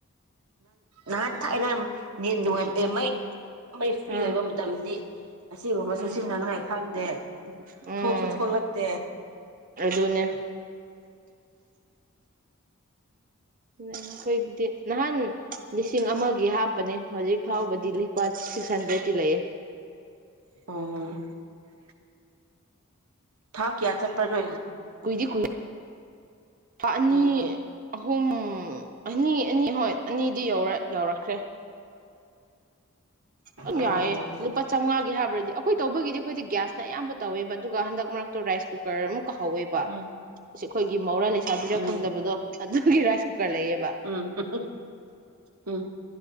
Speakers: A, on the right (about 85°); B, on the right (about 40°).
A: ꯅꯪ ꯊꯥꯏꯅ ꯅꯦꯟ ꯅꯨꯡꯉꯥꯏꯕ
B: ꯀꯣꯏꯁꯟ ꯃꯥꯛ
A: ꯃꯩ ꯃꯩ ꯐ꯭ꯔꯤ
B: ꯎꯝ
A: ꯑꯣꯏꯕ ꯃꯇꯝꯗꯤ ꯑꯁꯤꯕ ꯃꯁꯨꯁꯤꯅꯉꯥꯏ
B: ꯎꯝ
A: ꯈꯪꯗꯦ
B: ꯎꯝ
A: ꯊꯣꯛꯁꯨ ꯊꯣꯛꯂꯛꯇꯦ
B: ꯑꯗꯨꯅꯦ ꯑꯩꯈꯣꯏꯒꯤꯗꯤ ꯅꯍꯥꯟ ꯂꯤꯁꯤꯡ ꯑꯃꯒꯤ ꯍꯥꯞꯄꯅꯦ ꯍꯧꯖꯤꯛ ꯐꯥꯎꯕꯗꯤ ꯂꯨꯄꯥ ꯁꯤꯛꯁ ꯍꯟꯗ꯭ꯔꯦꯠꯇꯤ ꯂꯩꯌꯦ
A: ꯑꯣ ꯊꯀꯤꯌꯥ ꯆꯄꯒ
B: ꯀꯨꯏꯗꯤ ꯀꯨꯏ ꯑꯅꯤ
A: ꯎꯝ
B: ꯑꯍꯨꯝ ꯑꯅꯤ ꯑꯅꯤ ꯍꯣꯏ ꯑꯅꯤꯗꯤ ꯌꯧꯔ ꯌꯧꯔꯛꯈ꯭ꯔꯦ ꯑꯗꯨ
A: ꯑꯣ
B: ꯌꯥꯏꯑꯦ ꯂꯨꯄꯥ ꯆꯥꯃꯉꯥꯒꯤ ꯍꯥꯏꯕ꯭ꯔꯗꯤ ꯑꯩꯈꯣꯏ ꯇꯧꯕꯒꯤꯗꯤ ꯑꯩꯈꯣꯏꯗꯤ ꯒ꯭ꯌꯥꯁꯅ ꯑꯌꯥꯝꯕ ꯇꯧꯋꯦꯕ ꯑꯗꯨꯒ ꯍꯟꯗꯛ ꯃꯔꯛꯇꯣ ꯔꯥꯏꯁ ꯀꯨꯀꯔ ꯑꯃꯨꯛ ꯀ ꯍꯧꯋꯦꯕ
A: ꯎꯝ
B: ꯒꯤ ꯃꯧꯔꯥ ꯂꯩꯁꯥꯕꯤꯔ
A: ꯎꯝ
B: ꯈꯪꯗꯕꯗꯣ ꯑꯗꯨ ꯑꯩꯈꯣꯏ ꯔꯥꯏꯁ ꯂꯩꯌꯦꯕ
A: ꯎꯝ ꯎꯝ ꯎꯝ